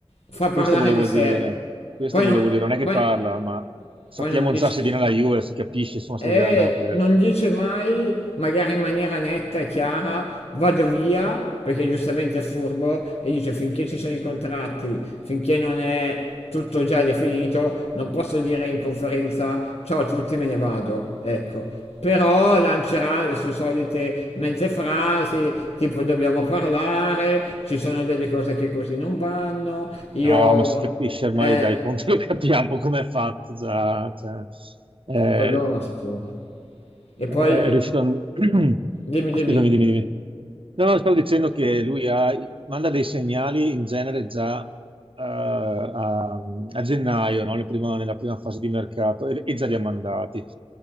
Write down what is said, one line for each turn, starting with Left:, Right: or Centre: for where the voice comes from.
Left: fa parlare
Right: Questo volevo
Left: di sé.
Right: dire, questo
Left: Poi
Right: volevo
Left: non,
Right: dire, non è che
Left: poi,
Right: parla, ma sappiamo
Left: poi non dici
Right: già se viene alla Juve, si capisce, insomma,
Left: e
Right: se viene a Napoli.
Left: non
Right: ecco.
Left: dice mai, magari in maniera netta e chiara, vado via, perché giustamente è furbo, e dice finché ci sono i contratti, finché non è tutto già definito, non posso dire in conferenza ciao a tutti, me ne vado. Ecco. Però lancerà le sue solite mezze frasi, tipo dobbiamo parlare, ci sono delle cose che così non vanno, io...
Right: No, ma si capisce ormai,
Left: Eh,
Right: dai, conto lo <laughs> capiamo come è fatto già. cioè, eh,
Left: quello sicuro. E
Right: eh,
Left: poi,
Right: è riuscito a... <clears throat>
Left: dimmi, dimmi.
Right: Scusami, dimmi, dimmi. No, no, stavo dicendo che lui ha- manda dei segnali in genere già eh, a, a gennaio, no? Nel primo- nella prima fase di mercato, e, e già li ha mandati.